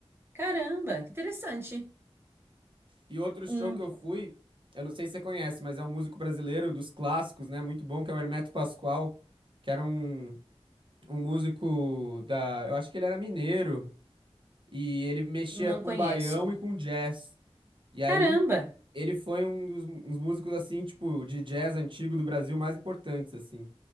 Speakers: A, on the right (about 20°); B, on the right (about 50°).
A: Caramba, que interessante.
B: E outro show
A: Um,
B: que eu fui, eu não sei se você conhece, mas é um músico brasileiro dos clássicos, né? Muito bom, que é o Hermeto Pascoal, que era um, um músico da, eu acho que ele era mineiro e ele mexia
A: não
B: com
A: conheço.
B: baião e com jazz. E
A: Caramba,
B: aí Ele foi um dos um músicos, assim, tipo, de jazz antigo do Brasil mais importantes, assim.